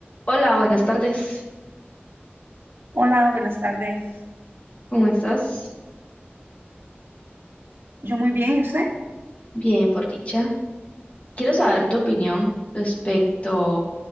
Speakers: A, on the left (about 30°); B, on the right (about 65°).
A: Hola, buenas tardes.
B: Hola, buenas tardes.
A: ¿Cómo estás?
B: Yo muy bien, ¿y usted?
A: Bien, por dicha. Quiero saber tu opinión respecto